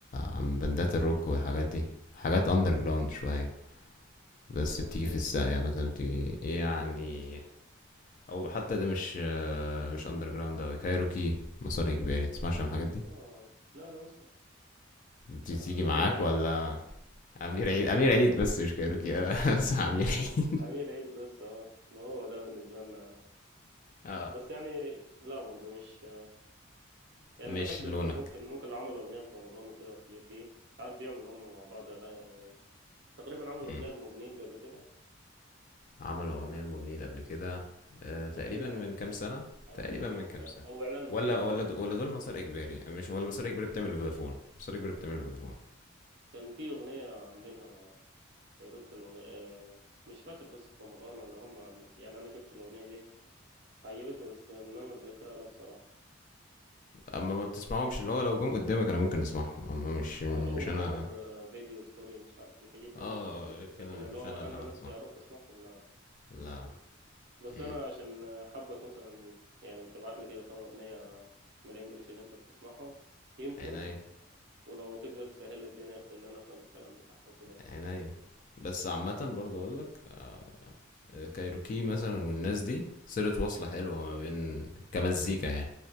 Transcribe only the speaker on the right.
اللي هو
زي
ايه
طيب
اه لا لا بسمع
آه
امير عيد
يا باشا
امير عيد بس اه ما هو ده بالنسبه لنا
بس يعني لا برضه مش يعني
بحب
ال- ممكن ممكن اللي عملوا اغنيه في رمضان وكده والحاجات دي ساعات بيعملوا هم مع بعض أغاني. تقريبا عملوا
اغنيه لموبينيل قبل كده
تقريبا
عملوا
آه. او
او
ف- او
اعلان معين
اه
كان في اغنيه عاملينها كايروكي الأغ- آه، مش فاكر بس في رمضان ولا هم عامل- يعني انا شفت الاغنيه دي عجبتني بس ان انا اتذكرها لا بصراحه
اه لو
ظهر آه، فيديو ستوري مش عارف الحاجات دي
ممكن اشوف
لكن
اللي
هو
انا
نفسي
اروح اسمعهم لا لا
بس
انا عشان آه، حابك مثلا يعني تبعت لي كده كام اغنيه من الانجليش اللي انت بتسمعهم يمكن
ولو تقدر تسهل لي الدنيا في ان انا افهم الكلام بتاعه وكده يعني.